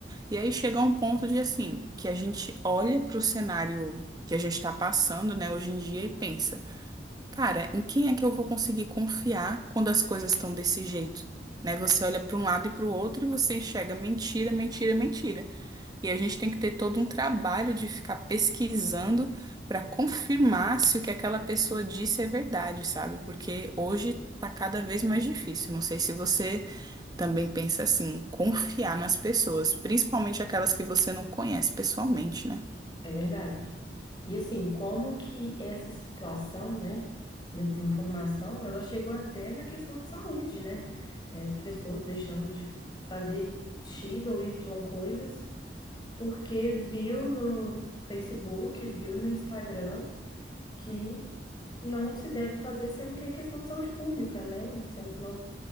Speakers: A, on the right; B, on the left.
A: E aí chega a um ponto de assim, que a gente olha para o cenário que a gente está passando, né, hoje em dia e pensa. Cara, em quem é que eu vou conseguir confiar quando as coisas estão desse jeito? Né? Você olha para um lado e para o outro e você enxerga mentira, mentira, mentira. E a gente tem que ter todo um trabalho de ficar pesquisando para confirmar se o que aquela pessoa disse é verdade, sabe? Porque hoje tá cada vez mais difícil. Não sei se você também pensa assim, confiar nas pessoas, principalmente aquelas que você não conhece pessoalmente, né?
B: É verdade. E assim, como que essa situação, né, da desinformação, ela chegou até na questão de saúde, né? Eh, As pessoas deixando de fazer X ou Y coisas porque viu no Facebook, viu no Instagram que não se deve fazer, sendo que é questão de saúde pública, né? Sendo que nós